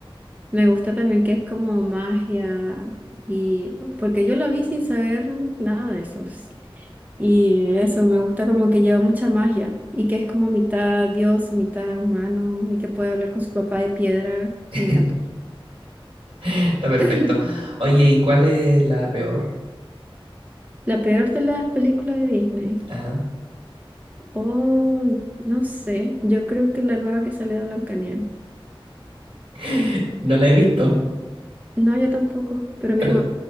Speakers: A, on the right; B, on the right.
A: Me gusta también que es como magia y porque yo la vi sin saber nada de eso. sí. Y eso, me gusta como que lleva mucha magia y que es como mitad dios y mitad humano y que puede hablar con su papá de piedra.
B: <laughs>
A: Me encantó.
B: Está perfecto.
A: <laughs>
B: Oye, ¿y cuál es la peor?
A: La peor de las películas de Disney.
B: Ajá.
A: Oh, no sé. Yo creo que la nueva que sale de Blancanieves.
B: <laughs> No la he visto,
A: No, yo tampoco. Pero mi
B: pero...
A: hermano